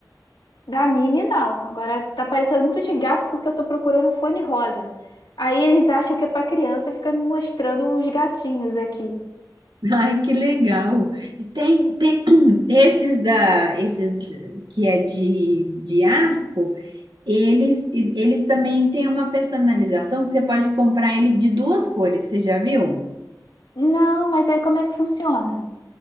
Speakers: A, on the left; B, on the right.
A: Da Minnie, não. Agora tá parecendo muito de gato porque eu tô procurando fone rosa. Aí eles acham que é pra criança e fica me mostrando os gatinhos aqui.
B: <laughs> Ai, que legal. Tem, tem <clears throat> esses da esses que é de, de arco, eles eles também têm uma personalização que você pode comprar ele de duas cores, você já viu?
A: Não, mas aí como é que funciona?